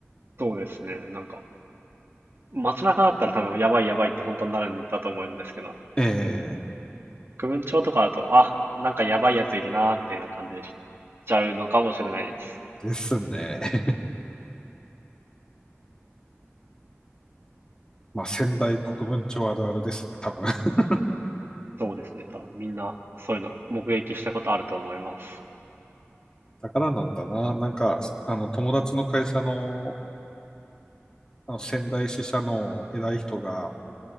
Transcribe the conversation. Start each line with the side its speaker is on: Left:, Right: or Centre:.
Right: そうですね。なんか、街中だったら多分やばいやばいって本当になるんだと思うんですけど、
Left: ええ
Right: 区分庁とかだと、あ、なんかやばいやついるなーみたいな感じでちょっと、ちゃうのかもしれないです。
Left: ですね。<laughs> まあ、仙台国分町あるあるですね、多分。<laughs>
Right: そうですね。多分みんなそういうの目撃したことあると思います。
Left: だからなんだな。なんか、あの、友達の会社の、あの仙台支社の偉い人が、